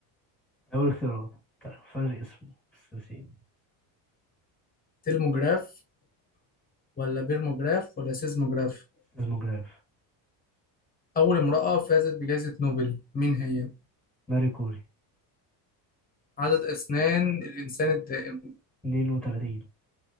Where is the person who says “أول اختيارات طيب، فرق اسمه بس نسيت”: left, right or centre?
Centre